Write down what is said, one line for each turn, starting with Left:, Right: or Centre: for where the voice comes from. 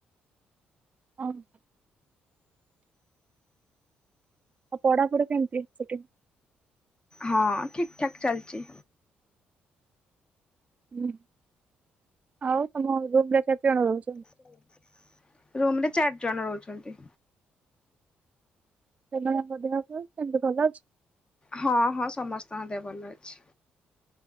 Right: ହଁ <inaudible> ଆଉ ପଢାପଢି କେମିତି ସେଠି?
Left: ହଁ ଠିକ୍ ଠାକ୍ ଚାଲଛି।
Right: ହୁଁ ଆଉ ତମ ରୁମରେ କେତେ ଜଣ ରହୁଛ?
Left: <inaudible> ରୁମ୍ ରେ ଚାରି ଜଣ ରହୁଛନ୍ତି।
Right: ସେ ଭଳିଆ <unintelligible> ସେମିତି ଭଲ ଲାଗୁଛି।
Left: ହଁ-ହଁ ସମସ୍ତଙ୍କ ଦେହ ଭଲ ଅଛି।